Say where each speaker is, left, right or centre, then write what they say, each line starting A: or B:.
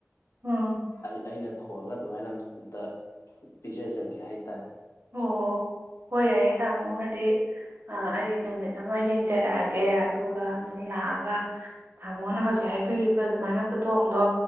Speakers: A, on the right; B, on the left.
A: ꯑꯥ
B: ꯑꯩ ꯑꯩꯅ ꯊꯣꯡꯉꯒ ꯑꯗꯨꯃꯥꯏꯅ ꯑ ꯑꯝꯇ ꯄꯤꯖꯖꯒꯦ ꯍꯥꯏꯇꯥꯔꯦ
A: ꯑꯣ ꯍꯣꯏ ꯌꯥꯏꯑꯦ ꯇꯥꯃꯣ ꯍꯥꯏꯗꯤ ꯑꯩ ꯅꯨꯃꯤꯠ ꯑꯃ ꯌꯦꯡꯖꯔꯛꯑꯒꯦ ꯀꯦ ꯑꯗꯨꯒ
B: ꯎꯝ
A: ꯑꯗꯨꯝ ꯂꯥꯛꯑꯒ ꯇꯥꯃꯣꯅ ꯍꯧꯖꯤꯛ ꯍꯥꯏꯕꯤꯔꯤꯕ ꯑꯗꯨꯃꯥꯏꯅ ꯈꯨꯊꯣꯡꯗꯣ